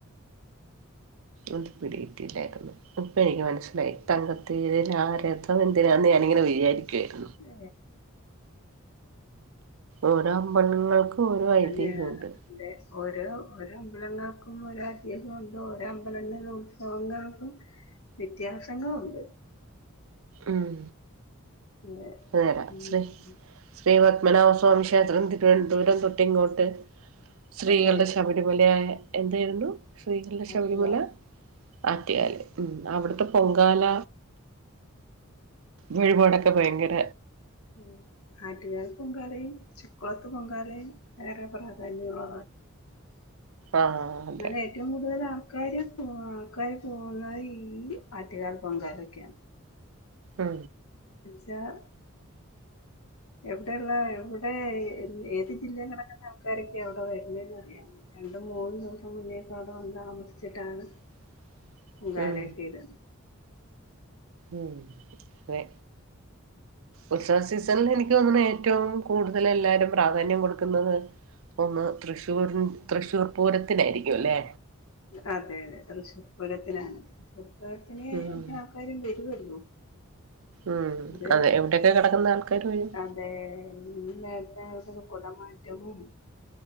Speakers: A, on the right (about 75°); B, on the left (about 85°).
A: അത് പിടികിട്ടില്ലായിരുന്നു ഇപ്പ എനിക്ക് മനസിലായി തങ്കതേര് ആരഥം എന്തിനാെന്ന് ഞനിങ്ങനെ വിചാരിക്കുവാരുന്നു
B: ഉ
A: ഓരോ അമ്പലങ്ങൾക്ക് ഓരോ ഐതിഹം
B: അതെ
A: ഉണ്ട്
B: അതെ ഓരോ ഓരോ അമ്പലങ്ങൾക്കും ഓരോ ഐദീഹം ഉണ്ട് ഓരോ അമ്പലങ്ങളിലെ ഉത്സവങ്ങൾക്കും വ്യത്യാസങ്ങളുണ്ട്
A: ഉം
B: അതെ
A: അതരാ
B: ഉം
A: ശ്രീ ശ്രീ പത്മനാഭസ്വാമി ക്ഷേത്രം തിരുവനന്തപുരം തൊട്ടിങ്ങോട്ട് സ്ത്രീകളുടെ
B: അതെ
A: ശബരിമലയായ എന്തായിരുന്നു സ്ത്രീകളുടെ ശബരിമല
B: ആറ്റുകാൽ
A: ആറ്റ്കാല് ഉ അവിടത്തെ പൊങ്കാല വഴിപാടൊക്കെ ഭയങ്കര
B: ഉ ആറ്റ്കാൽ പൊങ്കലയും ചക്കുള ത്ത പൊങ്കാലയും ഏറെ പ്രാധാന്യം ഉള്ള
A: ആഹ് അതെ
B: തന്നെയ ഏറ്റവും കൂടുതലാള് കാര് പോ കാര് പോകുന്നത് ഈ ആറ്റ്കാൽ പൊങ്കാലക്കാണ്
A: ആ
B: <unintelligible> എവിടെള്ള എവിടെ ഏത് ജില്ല കിടക്കുന്ന ആൾക്കാരൊക്കെയ അവിടെ വരുന്നന്ന് അറിയാം രണ്ടും മൂന്ന് ദിവസം മുന്നേ അവിടെ വന്ന് താമസിച്ചിട്ടാണ്
A: <inaudible>
B: പൊങ്കാലഒക്കെ
A: ഉം
B: ഇടുന്നെ
A: ഉം അതെ ഉത്സവ സീസണിൽ എനിക്ക് തോന്നണ് ഏറ്റവും കൂടുതൽ എല്ലാരും പ്രാധാന്യം കൊടുക്കുന്നത് ഒന്ന് തൃശ്ശൂർ തൃശ്ശൂർ പൂരത്തിനായിരിക്കും അല്ലേ
B: അതെ അതെ തൃശൂർപുരത്തിനാണ് തൃശ്ശൂർപുരത്തിന്
A: ഉം
B: എല്ലാ ആൾക്കാരും വരുവല്ലിയോ
A: ഉം
B: അത്
A: അതെ എവിടെയൊക്കെ കിടക്കുന്ന ആൾക്കാര് വരും
B: അതെന്തക്കാ കുട മാറ്റവും